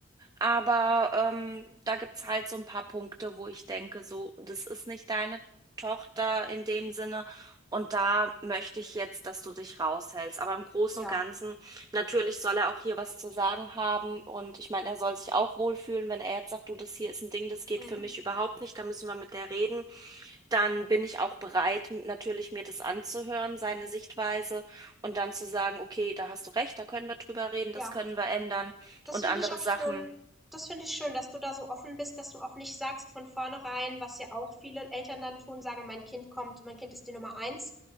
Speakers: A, on the right (about 20°); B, in the centre.
A: Aber ähm, da gibt es halt so ein paar Punkte, wo ich denke, so, das ist nicht deine Tochter in dem Sinne. Und da möchte ich jetzt, dass du dich raushältst. Aber im Großen
B: Ja,
A: und Ganzen, natürlich soll er auch hier was zu sagen haben. Und ich meine, er soll sich auch wohlfühlen, wenn er jetzt sagt, du, das hier ist ein Ding, das geht
B: mhm,
A: für mich überhaupt nicht, da müssen wir mit der reden. Dann bin ich auch bereit, m- natürlich mir das anzuhören, seine Sichtweise. Und dann zu sagen, okay, da hast du recht, da können wir drüber reden,
B: ja.
A: das können wir ändern.
B: Das
A: Und
B: finde
A: andere
B: ich auch
A: Sachen.
B: schön. Das finde ich schön, dass du da so offen bist, dass du auch nicht sagst von vornherein, was ja auch viele Eltern dann tun, sagen, mein Kind kommt, mein Kind ist die Nummer eins.